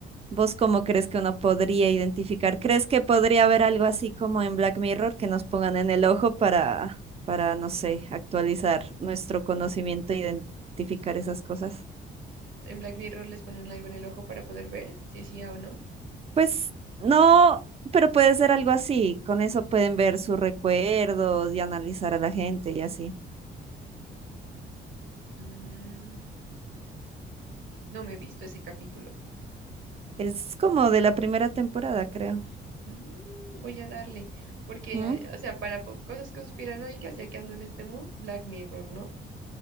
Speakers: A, on the right; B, on the right.
A: ¿vos cómo crees que uno podría identificar? ¿Crees que podría haber algo así como en Black Mirror que nos pongan en el ojo para, para, no sé, actualizar nuestro conocimiento e identificar esas cosas?
B: En Black Mirror les ponen algo en el ojo para poder ver si es IA o no.
A: Pues no, pero puede ser algo así. Con eso pueden ver sus recuerdos y analizar a la gente y así.
B: Mm, no me he visto ese capítulo.
A: Es como de la primera temporada, creo.
B: Mm, voy a darle, porque,
A: Ujú.
B: eh, o sea, para po- cosas conspiranoicas, ya que ando en este mood, Black Mirror, ¿no?